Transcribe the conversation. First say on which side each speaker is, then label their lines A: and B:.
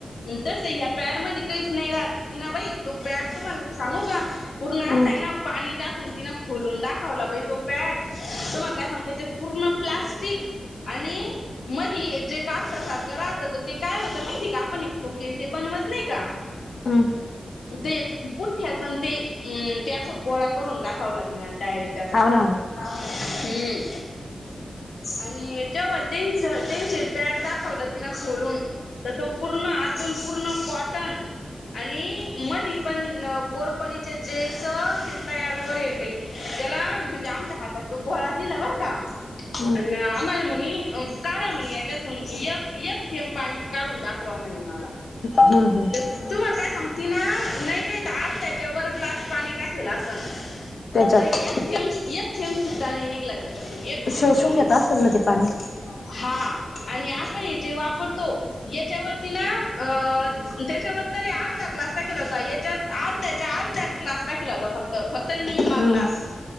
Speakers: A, on the left; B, on the left.
A: अन् तसही ह्या पॅड मध्ये काहीच नाही राहत तेना बाई तो पॅड तुम्हाला सांगू का पूर्ण
B: हम्म
A: असाय ना पाणी टाक कुन तिनं खोलून दाखवला तो पॅड तुम्हाला काय सांग त्याच्यात पूर्ण प्लास्टिक. आणि मधी जे कापसा सारखं राहतं ते काय होतं माहिती का आपण एक खोकेन ते बनवत नाही का?
B: हम्म
A: ते पुठठ्याच आणि ते अ ते असा गोळा करून दाखवला तिन डायरेक्ट त्याचा.
B: हाव ना हाव ना
A: हम्म आणि जेव्हा त्यांच त्यांचे पॅड दाखवला तिने खोलून तर तो पूर्ण आतून पूर्ण कॉटन. आणि मधी पण कोरपरीच्या जेलचं ते तयार करेल बाई त्याला म्हणजे आमच्या हातात तो गोळा दिला बर का.
B: हम्म
A: अन् आम्हाला म्हणी अ काढा म्हणे याच्यातून य एक थेंब पाणी काढून दाखवा म्हणे मला.
B: हम्म. हम्म
A: ते तुम्हाला काय सांगु तिन्ह नाही काहीत आर त्याच्यावर ग्लास पाणी टाकेल असल.
B: त्याच्यात
A: त एक थेंब एक थेंब सुद्धा नाही निघला. त्याच्यातून एक थेंब
B: शोषून
A: पण
B: घेत
A: नाही.
B: असेल ना ते पाणी
A: हा आणि आपण हे जे वापरतो याच्यावरती ना अ त्याच्यावर तरी अर्धा ग्लास टाकीला होता याच्यात अर्ध्याच्या अर्ध्या ग्लास टाकीला होता फक त फक्त निम्मा
B: हम्म
A: ग्लास